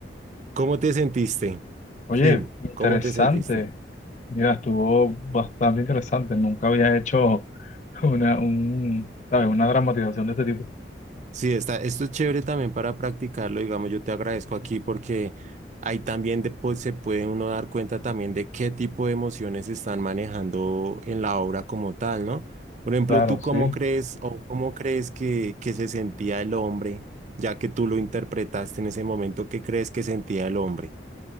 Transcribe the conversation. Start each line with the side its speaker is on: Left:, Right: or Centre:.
Right: ¿Cómo te sentiste?
Left: Oye,
Right: Fin,
Left: interesante.
Right: ¿cómo te sentiste?
Left: Mira, estuvo bastante interesante. Nunca había hecho una, un, ¿sabes? una dramatización de este tipo.
Right: Sí, está, esto es chévere también para practicarlo, digamos, yo te agradezco aquí porque ahí también de- pues, se puede uno dar cuenta también de qué tipo de emociones se están manejando en la obra como tal, ¿no? Por ejemplo,
Left: Claro,
Right: ¿tú cómo
Left: sí.
Right: crees o cómo crees que, que se sentía el hombre, ya que tú lo interpretaste en ese momento, qué crees que sentía el hombre?